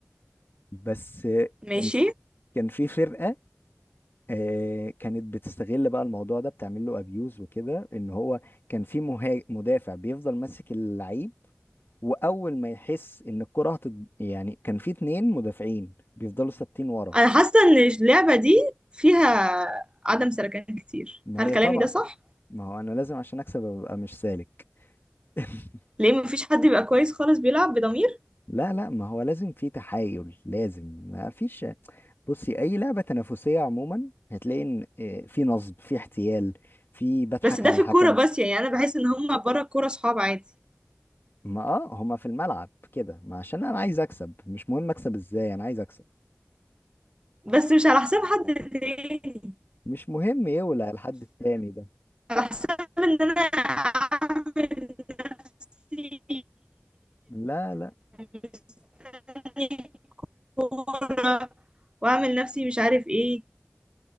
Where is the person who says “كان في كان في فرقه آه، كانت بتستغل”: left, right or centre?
Left